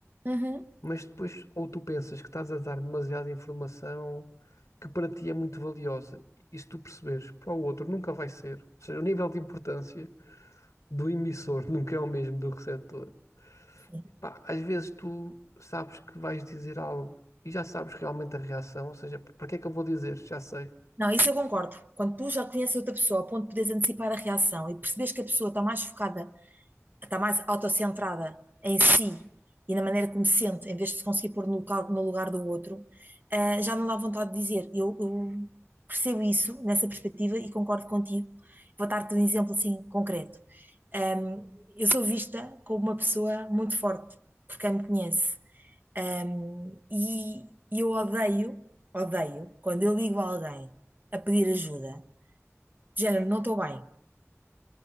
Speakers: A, on the right; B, on the left.
A: Uhum.
B: mas depois ou tu pensas que estás a dar demasiada informação que para ti é muito valiosa, e se tu perceberes, para o outro nunca vai ser. Ou seja, o nível de importância do emissor <laughs> nunca é o mesmo do receptor.
A: Sim.
B: Pá, às vezes tu sabes que vais dizer algo e já sabes realmente a reação, ou seja, para que é que eu vou dizer? Já sei.
A: Não, isso eu concordo. Quando tu já conheces outra pessoa, a ponto de poderes antecipar a reação e percebes que a pessoa está mais focada, está mais autocentrada em si e na maneira como se sente, em vez de se conseguir pôr no local- no lugar do outro, ah, já não dá vontade de dizer. Eu, eu percebo isso nessa perspectiva e concordo contigo. Vou dar-te um exemplo assim concreto. Um, eu sou vista como uma pessoa muito forte, porque quem me conhece. Um, e e eu odeio, odeio, quando eu ligo a alguém a pedir ajuda, do género, não estou bem.